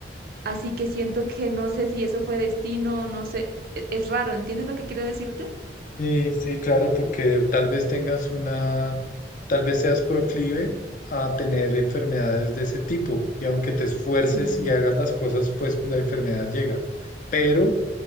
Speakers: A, on the right; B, on the left.
A: así que siento que no sé si eso fue destino, no sé, e- es raro, ¿entiendes lo que quiero decirte?
B: Sí, sí, claro, porque tal vez tengas una, tal vez seas proclive a tener enfermedades de ese tipo y aunque te esfuerces
A: Sí.
B: y hagas las cosas, pues la enfermedad llega. Pero